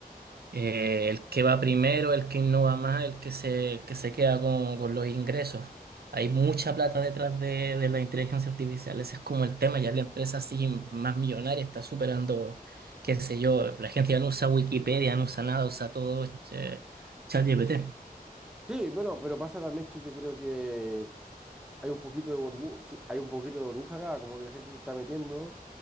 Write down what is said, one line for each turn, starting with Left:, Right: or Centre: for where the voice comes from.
Right: eh, el que va primero, el que innova más, el que se, el que se queda con, con los ingresos. Hay mucha plata detrás de, de la inteligencia artificial, ese es como el tema, ya la empresa así más millonaria está superando, qué sé yo, la gente ya no usa Wikipedia, no usa nada, usa todo este ChatGPT.
Centre: Sí, bueno, pero pasa también que yo creo que hay un poquito de burbu- sí, hay un poquito de burbuja acá, como que la gente se está metiendo,